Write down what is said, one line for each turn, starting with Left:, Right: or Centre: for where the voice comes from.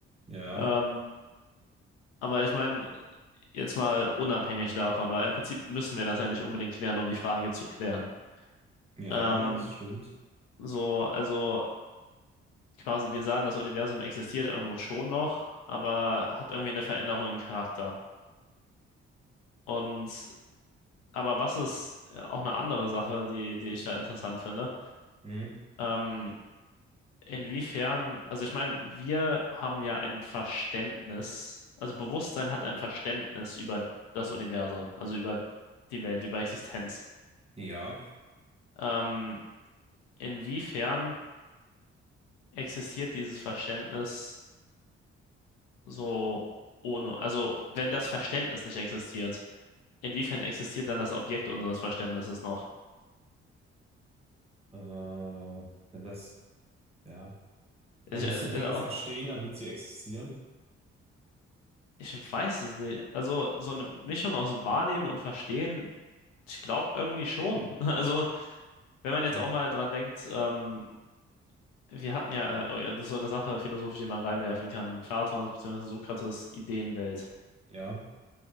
Right: ja,
Left: Ähm, aber ich meine, jetzt mal unabhängig davon, weil im Prinzip müssen wir das ja nicht unbedingt klären, um die Frage zu klären.
Right: ja,
Left: Ähm,
Right: das stimmt.
Left: so, also quasi, wir sagen, das Universum existiert irgendwo schon noch, aber hat irgendwie eine Veränderung im Charakter. Und Aber was ist äh, auch eine andere Sache, die, die ich da interessant finde?
Right: Hm.
Left: Ähm, inwiefern, also ich meine, wir haben ja ein Verständnis, also Bewusstsein hat ein Verständnis über das Universum, also über die Welt, über Existenz.
Right: Ja,
Left: Ähm, inwiefern existiert dieses Verständnis so ohne, also wenn das Verständnis nicht existiert, inwiefern existiert dann das Objekt unseres Verständnisses noch?
Right: äh, wenn das, ja, dann
Left: Also
Right: musst
Left: Ich, äh,
Right: du Dinge
Left: äh,
Right: verstehen, damit sie existieren.
Left: Ich weiß es nicht. Also so eine Mischung aus Wahrnehmen und Verstehen, ich glaube irgendwie schon. <laughs> Also wenn man jetzt
Right: Hm.
Left: auch mal dran denkt, ähm, wir hatten ja, äh, oh ja, das ist so eine Sache philosophisch, die man reinwerfen kann, Platons bzw. Sokrates Ideenwelt.
Right: Ja,